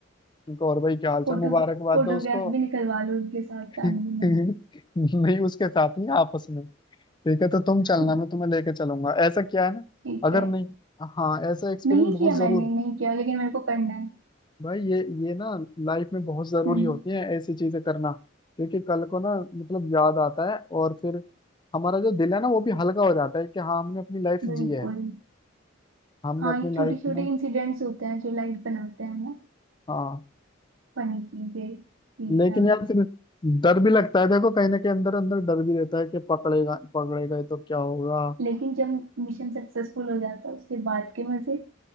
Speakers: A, on the left; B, on the right.
A: उनको और भाई क्या हाल चाल
B: फोटो
A: मुबारकबाद
B: फोटोग्राफ
A: दो उसको
B: भी निकलवा लो उनके साथ
A: <laughs>
B: फैमिली
A: नहीं उसके साथ नहीं आपस में ठीक है तो तुम चलना
B: में
A: मैं तुम्हें लेके चलूंगा ऐसा क्या है ना
B: ठीक
A: अगर
B: है
A: नहीं हाँ ऐसा एक्सपीरियंस
B: नहीं
A: बहुत
B: किया
A: जरूर
B: मैंने नहीं किया लेकिन मेरे को करना है
A: भाई ये ये ना लाइफ में बहुत जरूरी
B: हम्म
A: होती है ऐसी चीजें करना क्योंकि कल को ना मतलब याद आता है और फिर हमारा जो दिल है ना वो भी हल्का हो जाता है कि हाँ हमने अपनी लाइफ जी
B: बिल्कुल
A: है हमने
B: हाँ
A: अपनी
B: ये
A: लाइफ
B: छोटे छोटे
A: में
B: इंसिडेंट्स होते हैं जो लाइफ बनाते हैं ना
A: हाँ
B: फनी चीजें सीखना
A: लेकिन यार फिर डर भी लगता है देखो कहीं ना कहीं अंदर अंदर डर भी रहता है कि पकड़ेगा पकड़ेगा तो क्या होगा
B: लेकिन जब मिशन सक्सेसफुल हो जाता है उसके बाद के मजे